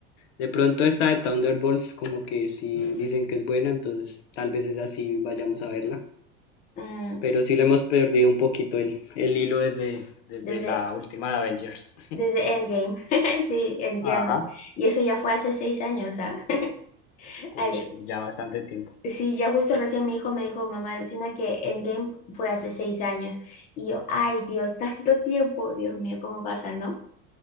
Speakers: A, on the left; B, on the left.
A: De pronto esta de Thunderbolts como que si dicen que es buena, entonces tal vez es así, vayamos a verla.
B: Mm,
A: Pero sí le hemos perdido un poquito el, el hilo desde, desde
B: desde
A: la última de Avengers.
B: Desde Endgame, <laughs> sí, entiendo.
A: Ajá,
B: Y eso ya fue hace seis años, ¿ah? <laughs>
A: uy,
B: Al-
A: ya bastante tiempo.
B: sí, ya justo recién mi hijo me dijo, mamá, alucina que Endgame fue hace seis años. Y yo, ay, Dios, tanto tiempo, Dios mío, ¿cómo pasa, no?